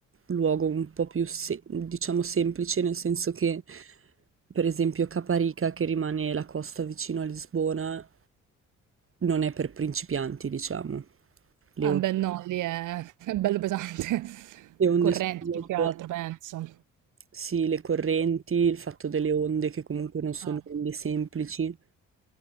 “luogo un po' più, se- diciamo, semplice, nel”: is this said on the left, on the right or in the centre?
Right